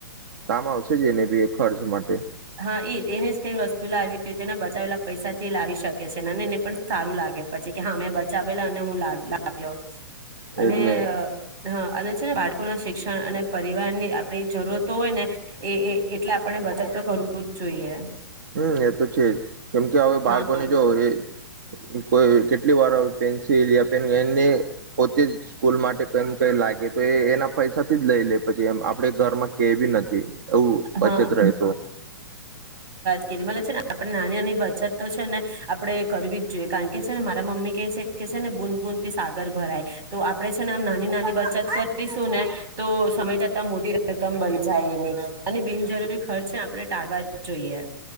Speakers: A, on the right; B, on the right.
A: કામ આવશે જ એને બી ખર્ચ માટે.
B: હા એ એને જ કઈ વસ્તુ લાવી હોય બચાવેલા પૈસાથી લાવી શકે છે. એને પણ સારું લાગે પછી કે હા મેં બચાવેલા અને હું લા લાવ્યો અને
A: એજને
B: હા અને છે બાળકો ના શિક્ષણ અને પરિવારની આપણી જરૂરતો હોય ને એ એટલે આપણે બચત તો કરવું કરવું જ જોઈએ.
A: હમ એ તો છે જ કેમ કે હવે
B: હા
A: બાળકોને જો એ કોઈ કેટલી વાર પેન્સિલ પેન એને પોતે જ સ્કૂલ માટે કમ કઈ લાગે તો એ એના પૈસા થી જ લઈ લે પછી એમ આપડે ઘરમાં કેવી નથી. એવું બચત
B: હા
A: રહે તો.
B: કે મ છે ને આપડે નાની નાની બચત તો છે ને આપડે કરવી જ જોઈએ કારણ કે છે ને મારા મમ્મી કેહે છે કે છે ને બૂદ બૂદ થી સાગર ભરાય તો આપડે છે ને આમ નાની નાની બચત કરીશું ને તો સમય જતા મોટી રકમ બન જાય એની અને બિનજરૂરી ખર્ચે આપણે ટાળવા જ જોઈએ.